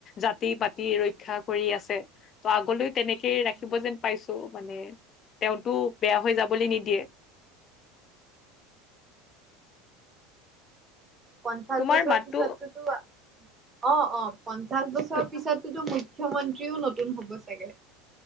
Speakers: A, on the left (about 30°); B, on the right (about 15°).
A: জাতি পাতি ৰক্ষা কৰি আছে। ত' আগলৈ তেনেকেই
B: উম
A: ৰাখিব
B: উম
A: যেন পাইছো মানে তেওঁতো বেয়া হৈ যাবলৈ নিদিয়ে।
B: পঞ্চাশ
A: তোমাৰ
B: বছৰৰ
A: মাতটো
B: পিছতো। <unintelligible> তো অ', অ', পঞ্চাশ বছৰ
A: তো-
B: পিছতো মোৰ মুখ্যমন্ত্ৰীও নতুন হ'ব চাগে।